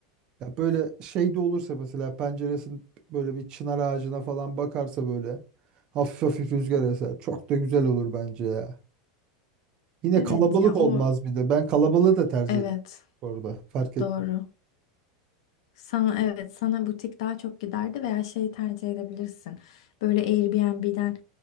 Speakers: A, on the right; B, on the left.
A: Ya böyle şey de olursa mesela penceresin böyle bir çınar ağacına falan bakarsa böyle hafif hafif rüzgar eser. Çok da güzel olur bence ya. Yine
B: Evet
A: kalabalık
B: ya
A: olmaz
B: o
A: bir de. Ben kalabalığı da tercih
B: evet
A: ettim orada fark et.
B: doğru. Sana evet sana butik daha çok giderdi veya şey tercih edebilirsin. Böyle Airbnb'den